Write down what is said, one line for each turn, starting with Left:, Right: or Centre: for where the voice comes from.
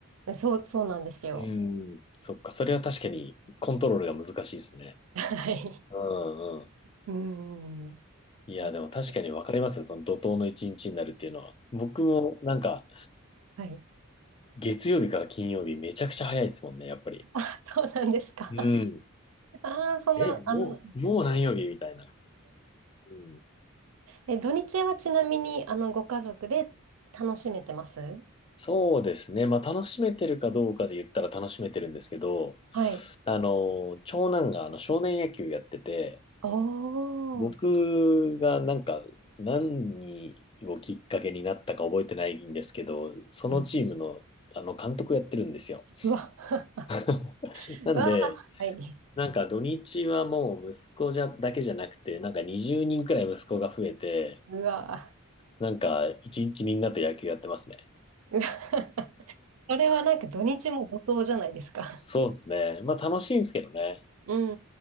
Right: そう、そうなんですよ。
Left: うん。そっか、それは確かにコントロールが難しいですね。
Right: はい。
Left: うんうん。
Right: うん。
Left: いや、
Right: ね
Left: でも確かにわかりますよ。その怒涛の一日になるっていうのは。僕もなんか、
Right: はい。
Left: 月曜日から金曜日めちゃくちゃ早いですもんね、やっぱり。
Right: あ、そうなんですか。
Left: うん。
Right: ああ、そんな、
Left: え、もう、
Right: あの、
Left: もう何曜日みたいな。うん。
Right: え、土日はちなみに、あの、ご家族で楽しめてます
Left: そうですね。まあ、楽しめてるかどうかで言ったら楽しめてるんですけど、
Right: はい。
Left: あの、長男があの少年野球やってて、
Right: お
Left: 僕がなんか何をきっかけになったか覚えてないんですけど、
Right: ー。
Left: そのチームのあの監督をやってるんですよ。
Right: うん。うわ。<laughs>
Left: はい。<laughs> なんで、
Right: うわー。はい。
Left: なんか土日はもう息子じゃだけじゃなくて、なんか20人くらい息子が増えて、
Right: うわ
Left: なんか一日みんなと野球やってますね。
Right: ー。うわー <laughs> これはなんか土日も怒涛じゃないですか。
Left: そうですね。まあ楽しいんですけどね。
Right: うん